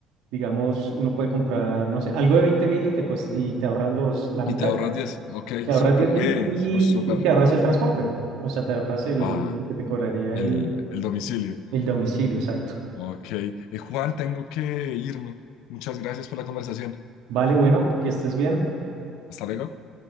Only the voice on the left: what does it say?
Y
te ahorras 10. Ok,
súper.
Eh,
uy, súper.
Ah,
el,
el domicilio.
Ok. Eh, Juan, tengo que irme. Muchas gracias por la conversación.
Hasta luego.